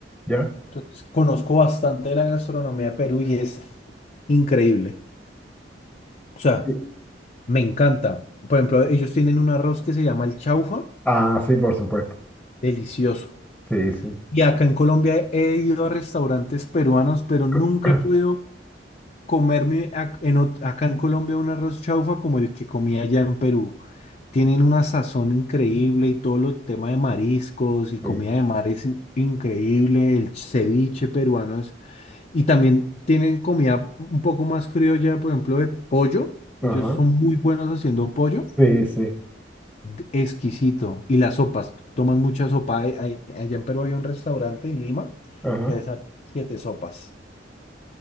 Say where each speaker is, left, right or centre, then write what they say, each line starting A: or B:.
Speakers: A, in the centre; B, on the left (about 40°).
A: ¿Ya?
B: Entonces, conozco bastante de la gastronomía de Perú y es increíble. O sea,
A: Sí.
B: me encanta. Por ejemplo, ellos tienen un arroz que se llama el chaufa,
A: Ah, sí, por supuesto.
B: delicioso.
A: Sí, sí.
B: Y acá en Colombia he ido a restaurantes peruanos, pero nunca
A: <clears throat>
B: he podido comerme ac- en ot- acá en Colombia un arroz chaufa como el que comía allá en Perú. Tienen una sazón increíble y todo lo tema de mariscos y comida
A: Sí.
B: de mar es in- increíble, el ceviche peruano es- Y también tienen comida un poco más criolla, por ejemplo, de pollo. Ellos
A: Ajá.
B: son muy buenos haciendo pollo,
A: Sí, sí.
B: d- exquisito. Y las sopas, toman mucha sopa. Ay- ay- Allá en Perú había un restaurante en Lima
A: Ajá.
B: que hacía siete sopas